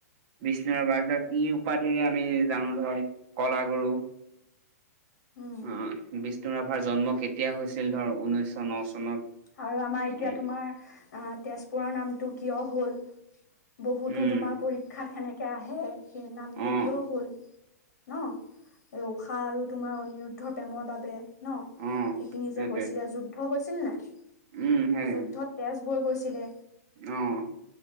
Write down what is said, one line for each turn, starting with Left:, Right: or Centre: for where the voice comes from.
Right: বিষ্ণুৰাভাক ধৰ কি উপাধিৰে আমি জানো ধৰ কলাগুৰু।
Left: উম,
Right: অহ বিষ্ণু ৰাভাৰ জন্ম কেতিয়া হৈছিল ধৰ ঊনৈশ ন চনত।
Left: আৰু আমাৰ এতিয়া
Right: উম
Left: তোমাৰ আহ তেজপুৰৰ নামটো কিয় হ'ল! বহুতো
Right: উম
Left: তোমাৰ পৰীক্ষাত সেনেকে আহে, সেই নামটো
Right: অ অ
Left: কিয় হ'ল। ন' এই উষা আৰু তোমাৰ অনিৰুদ্ধ প্ৰেমৰ বাবে। ন'
Right: অ
Left: সেইখিনি
Right: সেইটোৱে
Left: যে হৈছিলে, যুদ্ধ হৈছিল নাই!
Right: উম সেই
Left: যুদ্ধত তেজ বৈ গৈছিলে।
Right: অ',